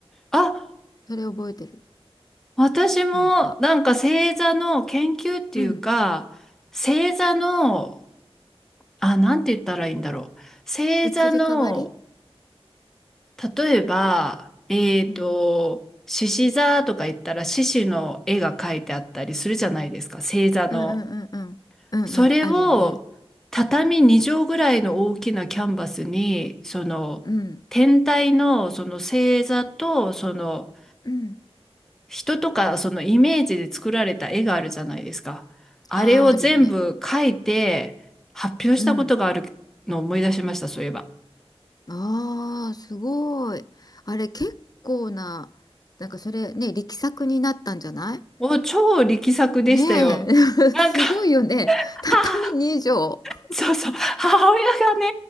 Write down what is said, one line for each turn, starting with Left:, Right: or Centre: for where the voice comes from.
Centre: あ、
Left: それ覚えてる。
Centre: 私もなんか星座の研究っていうか、
Left: なんか、うん。
Centre: 星座のあ、なんて言ったらいいんだろう。星座の、
Left: 移り変わり
Centre: 例えば、えっと、
Left: うん。
Centre: 獅子座とか言ったら獅子の絵が描いてあったりするじゃないですか、星座の。
Left: うんうんうんうん。うんうん。
Centre: それを畳2畳ぐらいの大きなキャンバスに、
Left: あるよね。
Centre: その天体のその星座と、
Left: うん。
Centre: その
Left: うん
Centre: 人とかそのイメージで作られた絵があるじゃないですか。あれを全部描いて発表したことがあるのを思い出しました、
Left: あー、あるね。うん。
Centre: そういえば。
Left: ああ、すごい。あれ、結構な、なんかそれね、力作になったんじゃない
Centre: お、超力作でしたよ。
Left: ねえ、
Centre: なんか、
Left: <laughs> すごいよね。
Centre: <laughs>
Left: <laughs> 畳2畳。
Centre: 母、そうそう、母親がね、